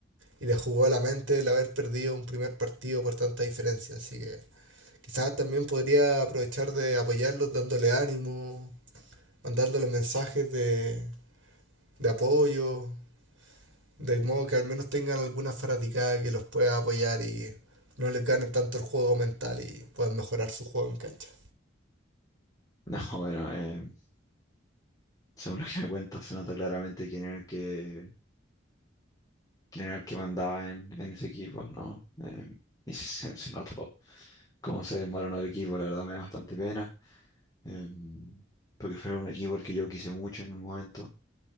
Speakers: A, on the right; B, on the left.
A: y les jugó a la mente el haber perdido un primer partido por tanta diferencia. Así que quizás también podría aprovechar de apoyarlos dándole ánimo, mandándole mensajes de, de apoyo. De modo que al menos tengan alguna fanaticada que los pueda apoyar y no les gane tanto el juego mental y puedan mejorar su juego en cancha.
B: No, bueno, em, según lo que me cuentas, se nota claramente quién era el que, quién era el que mandaba en, en ese equipo, ¿no? Em, y se, se se notó cómo se desmoronó el equipo, la verdad me da bastante pena, em, porque fue un equipo al que yo quise mucho en un momento.